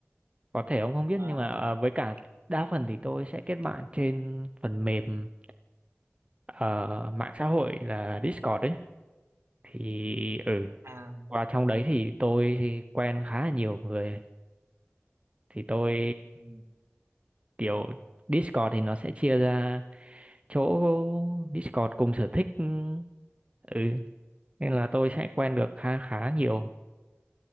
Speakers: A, on the right (about 25°); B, on the right (about 65°).
A: có thể ông không biết
B: À,
A: nhưng mà ờ, với cả đa phần thì tôi sẽ kết bạn trên phần mềm ờ, mạng xã hội là Discord ấy thì ừ
B: à
A: qua trong đấy thì tôi quen khá là nhiều người thì tôi
B: ừ.
A: kiểu Discord thì nó sẽ chia ra chỗ Discord cùng sở thích ừ ừ. nên là tôi sẽ quen được khá khá nhiều